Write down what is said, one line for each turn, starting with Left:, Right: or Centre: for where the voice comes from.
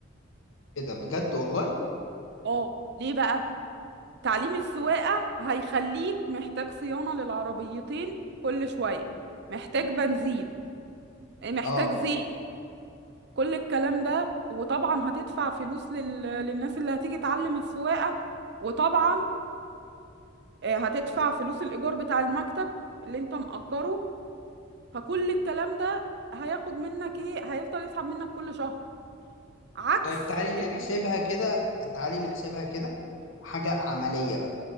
Left: ايه ده بجد والله
Right: اه ليه بقى تعليم السواقة هيخليك محتاج صيانة للعربيتين كل شوية محتاج بنزين محتاج
Left: اه
Right: زيت كل الكلام ده وطبعا هتدفع فلوس لل... للناس اللي هتيجي تعلم السواقة وطبعا آه، هتدفع فلوس الإيجار بتاع المكتب اللي انت مأجره فكل الكلام ده هياخد منك ايه هيفضل يسحب منك كل شهر عكس
Left: طيب تعالي
Right: ال...
Left: نحسبها كده تعالي نحسبها كده حاجة عملية